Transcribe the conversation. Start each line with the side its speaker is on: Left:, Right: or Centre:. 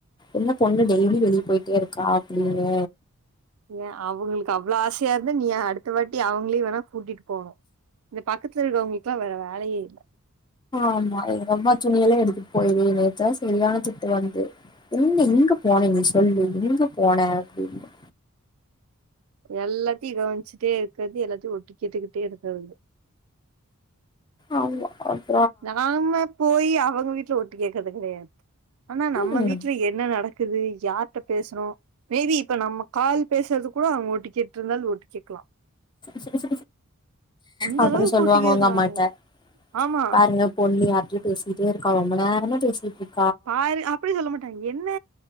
Left: என்ன பொண்ணு டெய்லி வெளியே போயிட்டே இருக்கா அப்படின்னு
Right: ஏன் அவங்களுக்கு அவ்வளவு ஆசையா இருந்தா நீ அடுத்த வாட்டி அவங்களே வேணா கூட்டிடு போணு இந்த பக்கத்துல இருக்கிறவங்களுக்கல வேற வேலையே இல்ல
Left: ஆமா எங்க அம்மா துணிய எல்லாம் எடுத்துட்டு போயிருது நேத்தான் சரியான திட்டு வந்து என்ங்க இங்க போனே நீ சொல்லு இங்க போன அப்படின்னு
Right: எல்லாத்தையும் கவனிச்சுட்டே இருக்கறது எல்லாத் ஒட்டிக்கிட்டுக்கிட்டே இருக்கிறது
Left: ஆமா ஒ
Right: நாம போய் அவங்க விட் ஒட்டு கேட்கிறது கிடையாது ஆனா நம்ம
Left: ம்
Right: வீட்டுல என்ன நடக் இருக்து யார்கிட்ட பேசுறோ மேபி நம்ம கால் பேசுறதுக் கூட கூட அவங்க ஓட்டு கேட்டு இருந்தாலு ஓட்டு கேட்கலா
Left: சச
Right: அந்த
Left: அப்போறோம்
Right: அளவுக்கு
Left: சொல்லுவாங்க
Right: ஒட்டு கேக்குறாங்க
Left: உங்க அம்மக்கிட்ட
Right: ஆமா
Left: பாருங்க பொண்ணு யார்டோயோ பேசிட்டே இருக்கா ரொம்ப நேரம ச <inaudible>
Right: பாரு அப்படி சொல்ல மாட்டாங்க என்ன